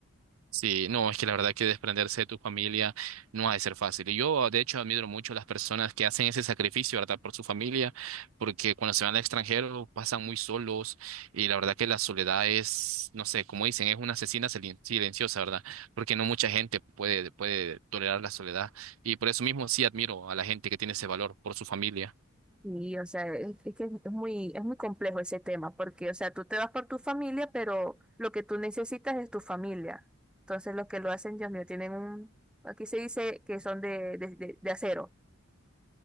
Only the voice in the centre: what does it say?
Y, o sea, es, es que es muy, es muy complejo ese tema, porque, o sea, tú te vas por tu familia, pero lo que tú necesitas es tu familia. Entonces, los que lo hacen, Dios mío, tienen un, aquí se dice que son de, de, de- de acero,